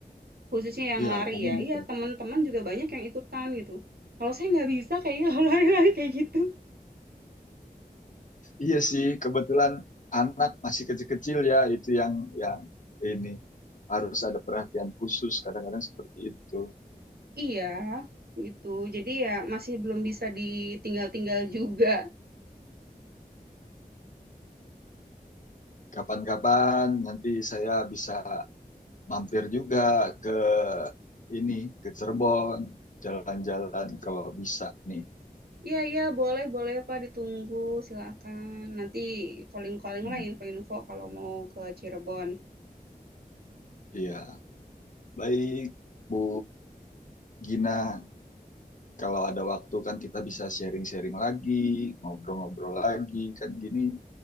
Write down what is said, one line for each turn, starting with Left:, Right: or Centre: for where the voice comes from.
Right: khususnya yang
Left: Iya,
Right: lari
Left: komunitas.
Right: ya. Iya, teman-teman juga banyak yang ikutan gitu. Kalau saya nggak bisa kayaknya <laughs> kalau lari-lari kayak gitu.
Left: Iya sih, kebetulan anak masih kecil-kecil ya, itu yang yang ini harus ada perhatian khusus kadang-kadang seperti itu.
Right: Iya, gitu. Jadi ya masih belum bisa ditinggal-tinggal juga.
Left: Kapan-kapan nanti saya bisa mampir juga ke ini ke Cirebon, jalan-jalan kalau bisa nih.
Right: Iya, iya, boleh, boleh Pak, ditunggu, silakan. Nanti calling-calling
Left: Hmm,
Right: lah info-info kalau mau ke Cirebon.
Left: iya, baik Bu Gina, kalau ada waktu kan kita bisa sharing-sharing lagi, ngobrol-ngobrol lagi kan gini